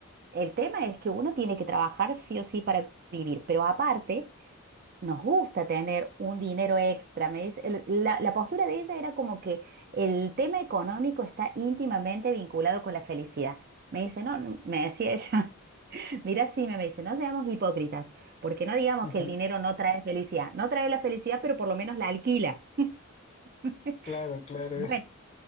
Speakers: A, on the right (about 45°); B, on the left (about 30°).
A: el tema es que uno tiene que trabajar sí o sí para vivir, pero aparte nos gusta tener un dinero extra. Me dice, el- la, la postura de ella era como que el tema económico está íntimamente vinculado con la felicidad. Me dice, no, me decía ella, <laughs> mira, sí, me dice, no seamos hipócritas, porque no digamos
B: <laughs>
A: que el dinero no trae felicidad. No trae la felicidad, pero por lo menos la alquila. <laughs>
B: Claro, claro,
A: Bueno,